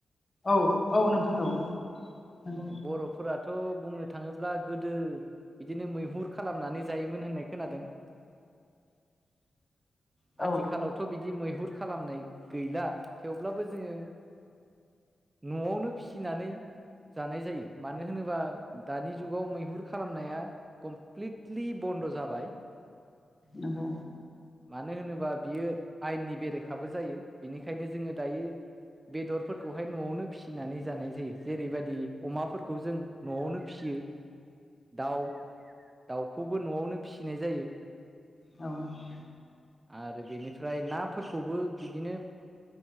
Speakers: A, on the left (about 35°); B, on the right (about 30°).
A: औ औ नोंथां औ नंगौ
B: बरफोराथ बुंनो थाङोब्ला गोदो बिदिनो मैहुर खालामनानै जायोमोन होननाय खोनादों।
A: औ
B: आथिखालावथ' बिदि मैहुर खालामनाय गैला थेवब्लाबो जोङो नआवनो फिसिनानै जानाय जायो मानो होनोबा दानि जुगाव मैहुर खालामनाया फ्लेदलि बन्द' जाबाय
A: नंगौ
B: मानो होनो बा बियो आयेननि बेरेखाबो जायो बेनिखायनो जोङो दायो बेदरफोरखौहाय नआवनो फिसिनानै जानाय जायो जेरैबादि अमाफोरखौ जों नआवनो फिसियो। दाउ दाउखौबो नआवनो फिसिनाय जायो‌।
A: औ औ
B: आरो बेनिफ्राय नाफोरखौबो बिदिनो